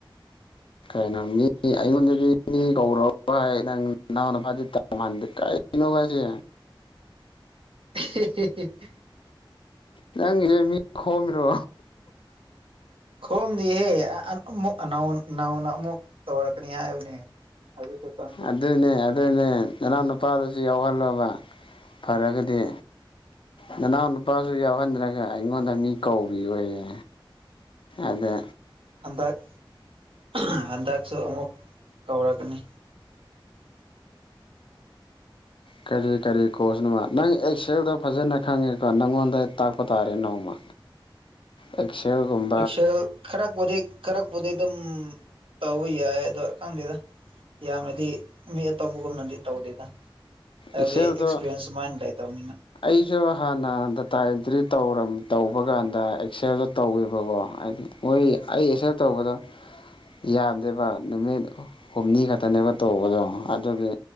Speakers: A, on the left; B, on the right.
A: ꯀꯩꯅꯣ ꯃꯤ ꯑꯩꯉꯣꯟꯗꯗꯤ ꯃꯤ ꯀꯧꯔꯕ ꯍꯥꯏ ꯅꯪ ꯅꯅꯥꯎꯅꯨꯄꯥꯗꯤ ꯇꯧꯍꯟꯗꯦ ꯀꯩꯅꯣ ꯍꯥꯏꯁꯦ
B: <unintelligible>
A: ꯅꯪꯒꯤꯁꯦ ꯃꯤ ꯈꯣꯝꯃꯤꯔꯣ
B: ꯈꯣꯝꯗꯤꯍꯦ ꯑꯥ ꯑꯃꯨꯛ ꯅꯧꯅ ꯑꯃꯨꯛ ꯇꯧꯔꯛꯀꯅꯤ ꯍꯥꯏꯕꯅꯦ ꯑꯗꯨ ꯈꯛꯇꯪ
A: ꯑꯗꯨꯅꯦ ꯑꯗꯨꯅꯦ ꯅꯅꯥꯎ ꯅꯨꯄꯥꯗꯨꯁꯨ ꯌꯥꯎꯍꯜꯂꯣꯕ ꯐꯔꯒꯗꯤ ꯅꯅꯥꯎ ꯅꯨꯄꯥꯁꯨ ꯌꯥꯎꯍꯟꯗꯔꯒ ꯑꯩꯉꯣꯟꯗ ꯃꯤ ꯀꯧꯕꯤ ꯌꯣꯌꯦ ꯑꯗꯥ
B: ꯍꯟꯗꯛ ꯑꯍꯝ ꯍꯟꯗꯛꯁꯨ ꯑꯃꯨꯛ ꯀꯧꯔꯛꯀꯅꯤ
A: ꯀꯔꯤ ꯀꯔꯤ ꯀ‍꯭ꯔꯣꯁꯅꯣꯕ ꯅꯪ ꯑꯦꯛꯁꯦꯜꯗꯣ ꯐꯖꯅ ꯈꯪꯉꯦꯀꯣ ꯅꯪꯉꯣꯟꯗ ꯇꯥꯛꯄ ꯇꯥꯔꯦ ꯅꯣꯡꯃ
B: <inaudible>
A: ꯑꯦꯛꯁꯦꯜ ꯒꯨꯝ
B: ꯑꯦꯛꯁꯦꯜ ꯈꯔꯄꯨꯗꯤ ꯈꯔꯄꯨꯗꯤ ꯑꯗꯨꯝ ꯇꯧꯕ ꯌꯥꯏ ꯑꯗꯨ ꯈꯪꯗꯦꯗ ꯌꯥꯝꯅꯗꯤ ꯃꯤ ꯑꯇꯣꯞꯄꯒꯨꯝꯅꯗꯤ ꯇꯧꯗꯦꯗ ꯍꯥꯏꯕꯗꯤ
A: ꯑꯦꯛꯁꯦꯜꯗꯣ
B: ꯑꯦꯛꯁꯄꯤꯔꯤꯌꯦꯟꯁ ꯁꯨꯃꯥꯏꯅ ꯂꯩꯇꯕꯅꯤꯅ
A: ꯑꯩꯁꯨ ꯍꯥꯟꯅ ꯗꯇꯥ ꯑꯦꯟꯇ꯭ꯔꯤ ꯇꯧꯔꯝ ꯇꯧꯕ ꯀꯥꯟꯗ ꯑꯦꯛꯁꯦꯜꯗꯣ ꯇꯧꯋꯦꯕꯀꯣ ꯍꯥꯏꯗꯤ ꯃꯣꯏ ꯑꯩ ꯑꯦꯛꯁꯦꯜ ꯇꯧꯕꯗꯣ ꯌꯥꯝꯗꯦꯕ ꯅꯨꯃꯤꯠ ꯍꯨꯝꯅꯤ ꯈꯛꯇꯅꯦꯕ ꯇꯧꯕꯗꯣ ꯑꯗꯨꯒꯤ